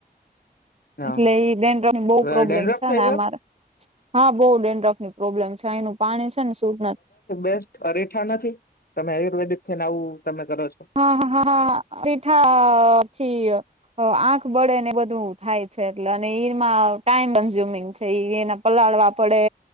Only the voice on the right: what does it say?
એટલે ઈ ડ્રેંડ્રફની બહુ પ્રોબ્લેમ
છે
ને આ મારે. હા, બહુ ડેન્ડ્રફની પ્રોબ્લેમ છે. આઇનું પાણી છે ને શૂટ નથ
હા, હા, હા. અરેઠાથી અહ અહ આંખ બળે ને, એ બધું થાય છે. એટલે અને એમાં ટાઈમ કન્ઝ્યુમિંગ છે, ઈ એના પલાળવા પડે,